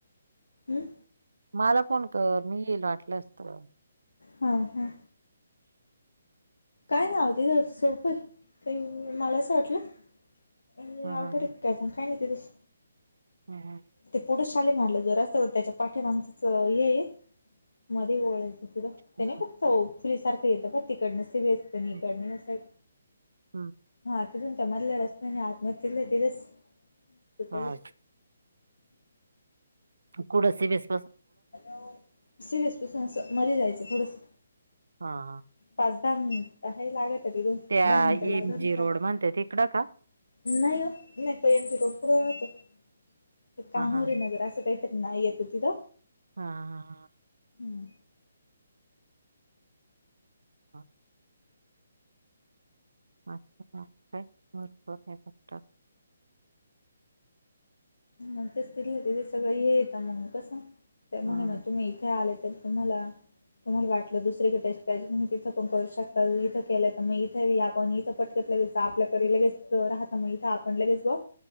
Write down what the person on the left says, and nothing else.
हम्म.
हा हा. काय ना अगदी सोप आहे मला असं वाटल. अ
अवघडेत काय पण काय नाही त्याज.
ते पुढं शाले मारलं जर असत त्याच्या पाठीमागचच येई मध्ये ओळायचं तिथं ते
नाही का तो फुलीसारखं येतं पण तिकडन सीवीस पलीकडन
साईट.
हा तिथून त्या मधल्या रस्त्याने आतमध्ये तीथल तेजस हॉस्पिटल
हॅलो सिव्हीसपीसनस मध्ये जायचं थोडस.
पाच दहा मिनिट हे लागत तिथून
दहा मिनिटं लागतात.
नाही हो नाही त यांचे रोड पुढे राहतो कान्होरीे
नगर असं काही नाही येत तीथ.
हम्
मग तेच तिथे तिथे सगळं येेत मंग कस ते म्हणे
मग तुम्ही इथे आलेत. तर तुम्हाला तुम्हाला वाटलं दुसरीकडे टेस्ट कय तु तिथं पण करू शकता इथं केल तर मग इथे ही आपण इथं पटकत लगेच आपल्याकडे लगेच राहता, मग इथ आपण लगेच बघ